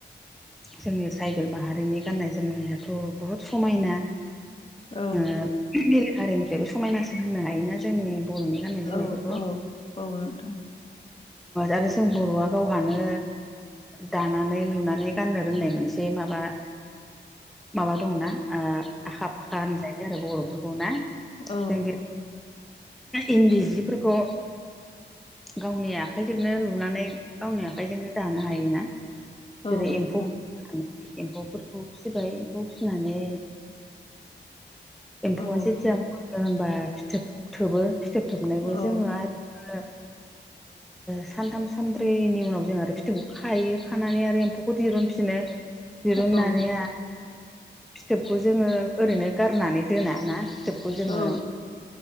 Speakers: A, in the centre; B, on the left.
A: जोंनि ट्राइबेल माहारिनि गाननाय जोमनायाथ' बुहुत समायना।
B: औ
A: बेलेग हारिनिफ्रायबो समायनासिन होनो हायोना जोंनि बर'नि गाननाय जोमनायफोरखौ
B: औ औ औ नोंथां
A: आरो जों बर'आ गावहानो दानानै लुनानै गाननो रोंनाय मोनसे माबा माबा दंनाा आखा फाखा होनजायो आरो बर'फोरखौ ना
B: औ।
A: जों इन्दि सिफोरखौ गावनि आखाइजोंनो लुनानै गावनि आखाइजोंनो दानो हायोना।
B: औ
A: जेरै
B: नोंथां
A: एम्फौ एम्फौफोरखौ फिसिबाय एम्फौ फिनानै एम्फौआ
B: औ
A: जेथिया होनबा फिथोब थोबो फिथोब थोबनायखौ
B: औ
A: जोङो आरो <unintelligible> सानथाम सानब्रैनि उनाव जों आरो फिथोबखौ खायो खानानै आरो एम्फौखौ दहुनफिनो दिरुनन्नानै
B: औ
A: फिथोबखौ जोङो ओरैनो गारनानै दोना ना। फोथोबखौ जोङो
B: औ